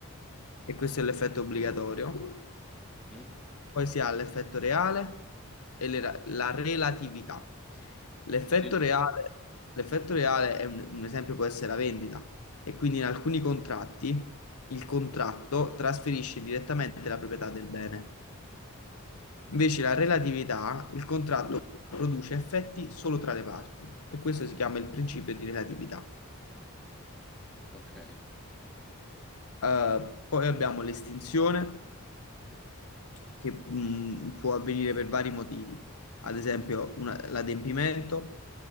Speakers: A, on the left; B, in the centre.
A: e questo è l'effetto obbligatorio.
B: Mhm.
A: Poi si ha l'effetto reale e le ra- la relatività. L'effetto
B: Sì?
A: reale, l'effetto reale è un, un esempio può essere la vendita e quindi in alcuni contratti il contratto trasferisce direttamente la proprietà del bene. Invece la relatività, il contratto produce effetti solo tra le parti e questo si chiama il principio di relatività.
B: Ok.
A: Eh, poi abbiamo l'estinzione che mh, può avvenire per vari motivi, ad esempio una- l'adempimento,